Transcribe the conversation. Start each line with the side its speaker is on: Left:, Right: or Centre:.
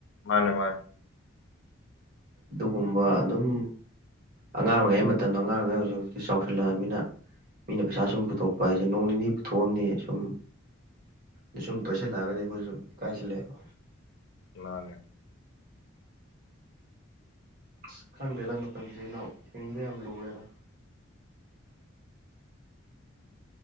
Left: ꯃꯥꯅꯦ ꯃꯥꯅꯦ
Right: ꯑꯗꯨꯒꯨꯝꯕ ꯑꯗꯨꯝ ꯑꯉꯥꯡ ꯑꯣꯏꯔꯤꯉꯩ ꯃꯇꯝꯗ ꯑꯉꯥꯡ ꯑꯣꯏꯔꯤꯉꯩ ꯍꯧꯖꯤꯛ ꯍꯧꯖꯤꯛꯇꯤ ꯆꯥꯎꯁꯤꯜꯂꯛꯑꯕꯅꯤꯅ ꯃꯤꯅ ꯄꯩꯁꯥ ꯁꯨꯝ ꯄꯨꯊꯣꯛꯄ ꯍꯥꯏꯁꯦ ꯅꯣꯡ ꯅꯤꯅꯤ ꯄꯨꯊꯣꯛꯑꯝꯅꯤ ꯁꯨꯝ ꯑ ꯁꯨꯝ ꯇꯣꯏꯁꯤꯜꯂꯛꯑꯒꯗꯤ ꯑꯈꯣꯏ ꯁꯨꯝ ꯏꯀꯥꯏꯁꯤꯜꯂꯛꯑꯦꯕ
Left: ꯃꯥꯅꯦ
Right: ꯑꯁ ꯈꯪꯗꯦꯗ ꯃꯇꯝꯁꯤ ꯏꯅꯥꯎ ꯍꯤꯡꯕ ꯌꯥꯝ ꯂꯨꯔꯦꯗ